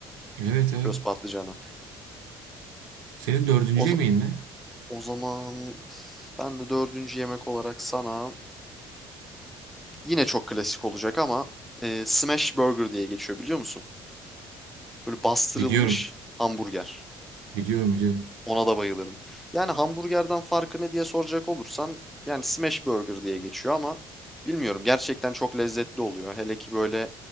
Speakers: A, on the right; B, in the centre.
A: Evet evet.
B: köz patlıcana.
A: Senin dördüncü
B: O, za-
A: yemeğin ne?
B: o zaman ben de dördüncü yemek olarak sana yine çok klasik olacak ama e, smash burger diye geçiyor biliyor musun? Böyle bastırılmış
A: Biliyorum.
B: hamburger.
A: Biliyorum biliyorum.
B: Ona da bayılırım. Yani hamburgerden farkı ne diye soracak olursan yani smash burger diye geçiyor ama bilmiyorum gerçekten çok lezzetli oluyor. Hele ki böyle